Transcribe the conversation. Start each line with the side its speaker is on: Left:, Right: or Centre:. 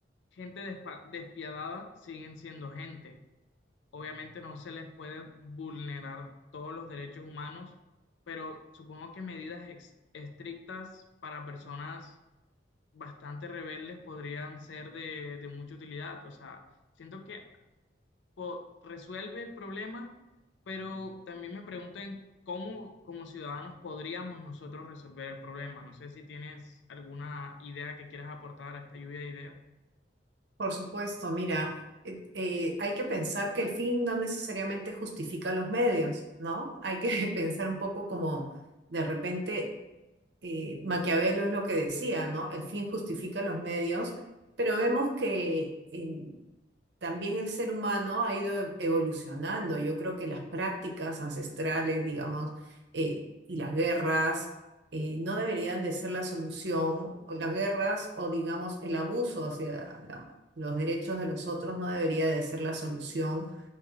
Left: gente despa- despiadada, siguen siendo gente. Obviamente no se les puede vulnerar todos los derechos humanos, pero supongo que medidas ex- estrictas para personas bastante rebeldes podrían ser de, de mucha utilidad. O sea, siento que po- resuelve el problema, pero también me pregunto en cómo como ciudadanos podríamos nosotros resolver el problema. No sé si tienes alguna idea que quieras aportar a esta lluvia de ideas.
Right: Por supuesto, mira, eh, eh, hay que pensar que el fin no necesariamente justifica los medios, ¿no? Hay que <laughs> pensar un poco como de repente eh, Maquiavelo es lo que decía, ¿no? El fin justifica los medios, pero vemos que... eh, también el ser humano ha ido evolucionando. Yo creo que las prácticas ancestrales, digamos, eh, y las guerras eh, no deberían de ser la solución. o Las guerras o, digamos, el abuso hacia la- los derechos de los otros no debería de ser la solución